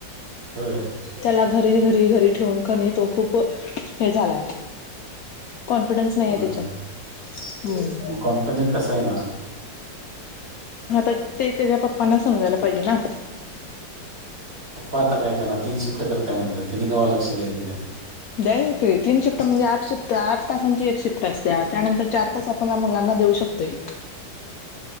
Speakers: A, on the right; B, on the left.
A: होय.
B: त्याला घरी घरी घरी ठेवून कणी तो खूप हे झालाय. कॉन्फिडन्स नाही
A: हं.
B: आहे त्याच्यात हम्म
A: मग कंपनीत कसा येणार?
B: आता ते त्याच्या पप्पांना समजायला पाहिजे ना.
A: पप्पा आता काय कर ना तीन शिफ्ट करताय म्हण तिने काव्हा लक्ष ह्यात.
B: दयायनकी तीन शिफ्ट म्हणजे आठ शिफ्ट आठ तासांची एक शिफ्ट असते्या त्यानंतर चार तास आपण मुलांना देऊ शकतोय.